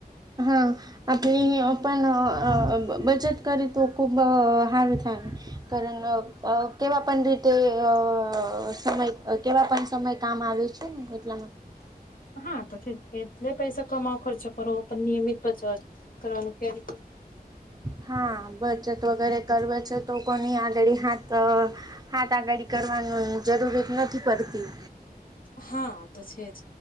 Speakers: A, on the right; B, on the left.
A: હા <unintelligible> પણ બચત કરી તો ખૂબ સારું થાય કારણ <unintelligible> કેવા પણ રીતે અ સમય કેવા પણ સમય કામ આવે છે ને એટલે.
B: હા તો એટલે પૈસા કમાવ ખર્ચો કરો પણ નિયમિત બચાવ કરવાનું ક્યારે
A: હા બચત વગેરે કરવે છે તો કોની આગળી હાથ આ હાથ આગડી કરવાનું જરૂરત નથી પડતી.
B: થાય હા તો છેજ